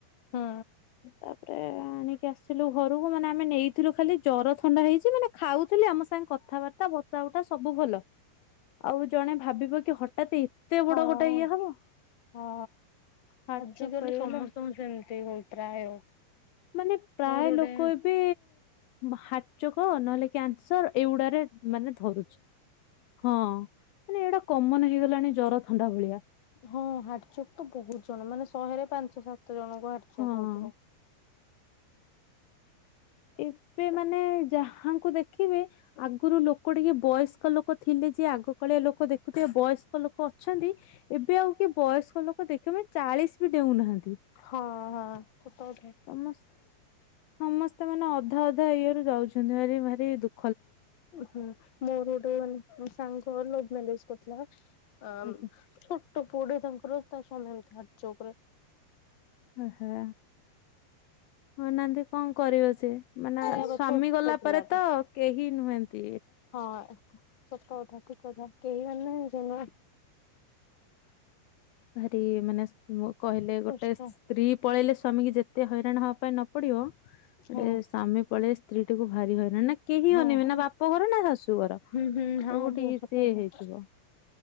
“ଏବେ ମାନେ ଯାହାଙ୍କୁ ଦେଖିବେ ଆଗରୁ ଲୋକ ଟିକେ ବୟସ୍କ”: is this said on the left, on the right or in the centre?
Left